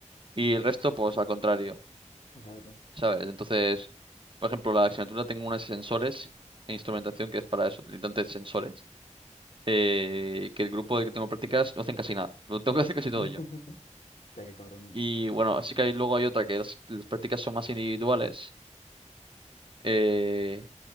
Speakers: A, on the right (about 40°); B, on the left (about 70°).
A: y el resto pues al contrario,
B: Exacto.
A: ¿sabes? Entonces, por ejemplo, la asignatura tengo unas sensores e instrumentación que es para eso, literalmente sensores. eh, que el grupo del que tengo prácticas no hacen casi nada, <laughs> lo tengo que hacer casi
B: <laughs>
A: todo yo.
B: Hostia, qué cabrones,
A: Y
B: ¿no?
A: bueno, así que hay- luego hay otra que las, las prácticas son más individuales, Eh,